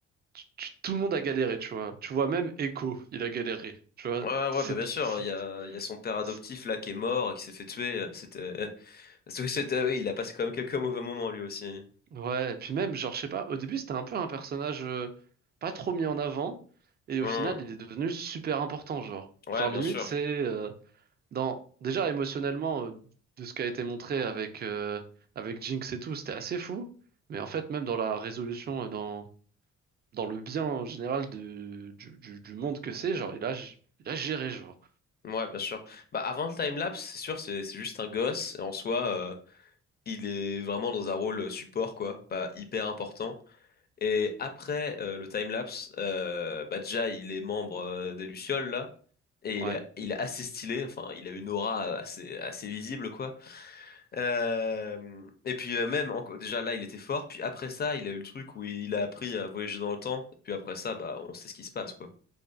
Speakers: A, on the right; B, on the left.
A: tu- tu- tout le monde a galéré, tu vois. Tu vois, même Echo, il a galéré, tu vois.
B: Ouais, ouais,
A: C'est,
B: bah bien sûr,
A: c'est-
B: il y a, il y a son père adoptif
A: c'est-
B: là qui est mort, qui s'est fait tuer. C'était, <laughs> c'était, oui, il a passé quand même quelques mauvais moments lui aussi.
A: ouais, et puis même, genre, je sais pas, au début, c'était un peu un personnage euh, pas trop mis en avant, et
B: Hmm.
A: au final, il est devenu super important, genre.
B: Ouais,
A: Genre,
B: bien
A: limite,
B: sûr.
A: c'est euh, dans, déjà émotionnellement, euh, de ce qui a été montré avec, euh, avec Jinx et tout, c'était assez fou, mais en fait, même dans la résolution, euh, dans, dans le bien en général de, du, du, du monde que c'est, genre, il a, il a géré, genre.
B: Ouais, bien sûr. Bah, avant le timelapse, c'est sûr, c'est c'est juste un gosse. Et En soi, euh, il est vraiment dans un rôle euh, support, quoi, pas hyper important. Et après euh, le timelapse, euh, bah, déjà, il est membre euh, des Lucioles, là. Et
A: Ouais.
B: il est, il est assez stylé, enfin, il a une aura euh, assez, assez visible, quoi. Euh, et puis, euh, même, enco- déjà là, il était fort. Puis après ça, il a eu le truc où il a appris à voyager dans le temps. Et puis après ça, bah, on sait ce qui se passe, quoi.